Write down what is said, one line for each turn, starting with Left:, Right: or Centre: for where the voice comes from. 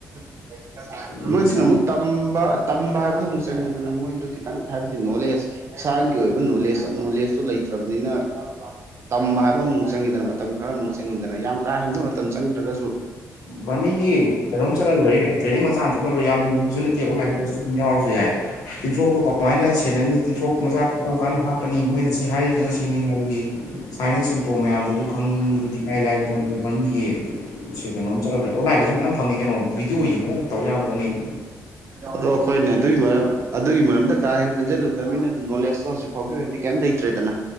Right: <inaudible>
Left: ꯑꯗꯨꯅ
Right: ꯃꯣꯏꯗꯨꯅ
Left: ꯄꯩꯁꯥ
Right: ꯑꯃꯨꯛ ꯇꯝꯕ ꯇꯝꯕ ꯍꯥꯏꯕꯗꯣ ꯑꯃꯨꯛ ꯆꯪꯉꯤꯗꯅ ꯃꯣꯏꯗꯨ ꯈꯤꯇꯪ ꯍꯥꯏꯕꯗꯤ ꯅꯣꯂꯦꯖ ꯏꯁꯥꯒꯤ ꯑꯣꯏꯕ ꯅꯣꯂꯦꯖ ꯅꯣꯂꯦꯖꯇꯣ ꯂꯩꯇ꯭ꯔꯕꯅꯤꯅ ꯇꯝꯕ ꯍꯥꯏꯕ ꯑꯃꯨꯛ ꯆꯪꯏꯗꯅ ꯃꯇꯝ ꯈꯔ ꯑꯃꯨꯛ ꯆꯪꯏꯗꯅ ꯌꯥꯝ ꯀꯥ ꯍꯦꯟꯕ ꯃꯇꯝ ꯆꯪꯗ꯭ꯔꯒꯁꯨ
Left: ꯕꯥꯔꯃꯤꯒꯤ ꯀꯩꯅꯣꯝ ꯆꯠꯂꯒꯥ ꯂꯣꯏꯔꯦ ꯀꯩꯅꯣ ꯇ꯭ꯔꯦꯅꯤꯡ ꯃꯆꯥ ꯑꯃ ꯆꯠꯂꯒꯥ ꯌꯥꯝ ꯂꯨꯕꯁꯨ ꯅꯠꯇꯦ ꯑꯣꯟꯂꯥꯏꯟ ꯀꯂ꯭ꯥꯁ ꯌꯥꯎꯔ ꯌꯥꯏ ꯇꯤꯟꯊ꯭ꯔꯣꯛꯇꯣ ꯀꯃꯥꯏꯅ ꯁꯦꯟꯅꯅꯤ ꯇꯤꯟꯊ꯭ꯔꯣꯛ ꯃꯆꯥ ꯀꯔꯝ ꯀꯥꯟꯗ ꯍꯥꯞꯄ ꯄꯅꯤ ꯃꯣꯏꯅ ꯁꯤ ꯍꯥꯏꯔꯤꯁꯤꯅ ꯁꯤꯅꯤ ꯍꯥꯏꯕꯒꯤ ꯁꯨꯃꯥꯢꯅ ꯁꯤꯝꯇꯣꯝ ꯃꯌꯥꯝꯗꯣ ꯑꯗꯨ ꯈꯪꯕꯗꯨꯗꯤ ꯏꯂꯥꯏ ꯂꯥꯏꯕ ꯎ ꯄꯝꯕꯤꯒꯤ ꯁꯦ ꯀꯩꯅꯣꯝ ꯆꯠꯂ ꯂꯣꯢꯔꯦ ꯑꯣꯟꯂꯥꯏꯟꯗꯁꯨ ꯃꯌꯥꯝ ꯐꯪꯉꯤ ꯀꯩꯅꯣ ꯚꯤꯗꯤꯑꯣ ꯌꯦꯡꯉꯒ ꯇꯧꯕ ꯌꯥꯕ ꯄꯣꯠꯅꯤꯗ
Right: ꯑꯗꯣ ꯑꯩꯈꯣꯏꯅꯦ ꯑꯗꯨꯏ ꯃꯔꯝ ꯑꯗꯨꯒꯤ ꯃꯔꯝꯗ ꯀꯥ ꯍꯦꯟꯅ ꯈꯟꯖꯤꯜꯂꯨꯗꯕꯅꯤꯅ ꯅꯣꯂꯦꯖꯇꯣ ꯍꯧꯖꯤꯛ ꯐꯥꯎꯒꯤ ꯑꯣꯏꯅꯗꯤ ꯀꯩꯝ ꯂꯩꯇ꯭ꯔꯦꯗꯅ